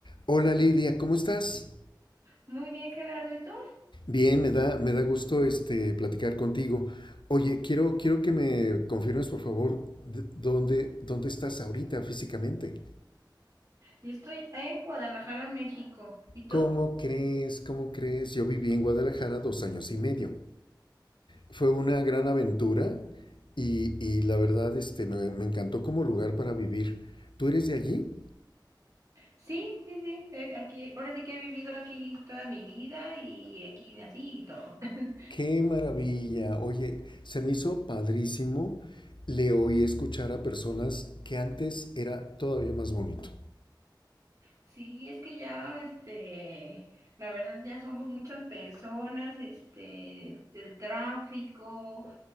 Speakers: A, on the left; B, on the right.
A: Hola Lidia, ¿cómo estás?
B: Muy bien, Gerardo. ¿Y tú?
A: Bien, me da, me da gusto este, platicar contigo. Oye, quiero, quiero que me confirmes, por favor, d- dónde, dónde estás ahorita físicamente.
B: Yo estoy en Guadalajara, México. ¿Y
A: ¿Cómo
B: tú?
A: crees? ¿Cómo crees? Yo viví en Guadalajara dos años y medio. Fue una gran aventura y, y la verdad este, me, me encantó como lugar para vivir. ¿Tú eres de allí?
B: Sí, sí, sí. eh, Aquí, ahora sí que he vivido aquí toda mi vida y aquí nací y todo. <laughs>
A: Qué maravilla. Oye, se me hizo padrísimo. Le oí escuchar a personas que antes era todavía más bonito.
B: Sí, es que ya, este, la verdad ya somos muchas personas, este, el tráfico